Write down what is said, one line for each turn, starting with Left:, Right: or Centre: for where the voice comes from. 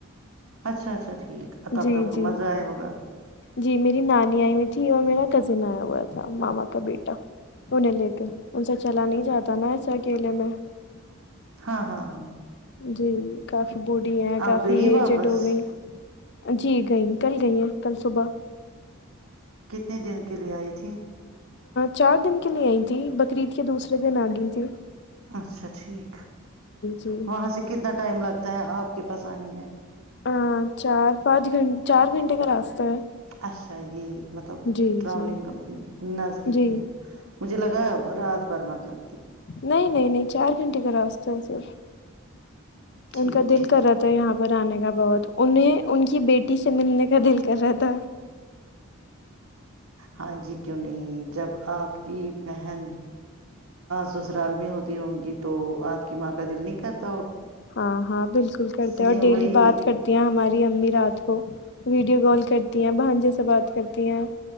Right: اچھا اچھا ٹھیک ا تب
Left: جی
Right: تو آپ کو
Left: جی
Right: مزہ آیا ہوگا
Left: جی میری نانی آئی ہوئی تھی اور میرا کزن آیا ہوا تھا ماما کا بیٹا انہیں لے کر ان سے چلا نہیں جاتا نا ایسے اکیلے میں
Right: ہاں ہاں ہاں
Left: جی کافی بوڑھی ہیں
Right: اب
Left: کافی
Right: گئی
Left: ایج
Right: واپس
Left: ڈ گئی جی گئیں کل گئی ہیں کل صبح
Right: کتنے دن کے لیے آئی تھی
Left: چار دن کے لیے آئی تھی بقرریعید کے دوسرے ناگن جی
Right: اچھا ٹھیک
Left: جی
Right: وہاں سے کتنا ٹائم لگتا آپ کے پسانی میں
Left: ہاں چار پانچ گھنٹ چار گھنٹے کا راستہ ہے
Right: اھا یہ <unintelligible> مطلب
Left: جی
Right: ٹراولنگ
Left: جی
Right: نزدیکی
Left: جی
Right: ہے مجھے لگا ہے رات بھر مطلب
Left: نہیں نہیں نہیں چار گھنٹے کا راستا ہے سر
Right: ٹھیک
Left: ان کا دل
Right: ٹھیک
Left: کرا تھا یہاں پر آنے کا بت <unintelligible> انہیں ان کی بیٹی سے ملنے کیا دل کر رہتا
Right: ہاں جی کیوں نہیں جب آپ کی بہن سسرال میں ہوتی ہوں گی تو آپ کی ماں کا دل نہیں کرتی
Left: ہاں ہاں بالکل کرتا
Right: سیم
Left: ہیں اور ڈیلی
Right: وہی
Left: بات کرتی ہیں ہماری امی رات ا <unintelligible> ویڈیو کال کرتی ہیں بان جے سے بات کرتی ہیں